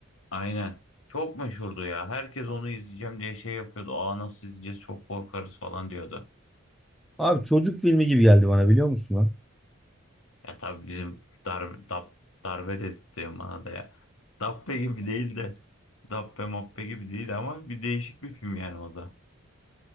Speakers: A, on the left; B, in the centre.
A: Aynen. Çok meşhurdu ya. Herkes onu izleyeceğim diye şey yapıyordu. Aa nasıl izleyeceğiz çok korkarız falan diyordu.
B: Abi çocuk filmi gibi geldi bana biliyor musun lan?
A: Ya tabii bizim darbe, dap, darbe dedirtiyor bana da ya. Dabbe gibi değil de. Dabbe mabbe gibi değil ama bir değişik bir film yani o da.